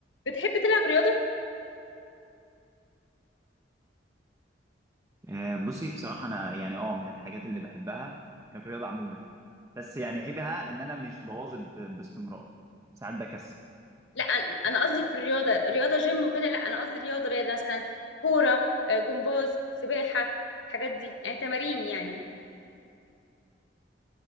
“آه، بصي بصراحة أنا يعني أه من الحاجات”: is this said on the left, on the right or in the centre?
Right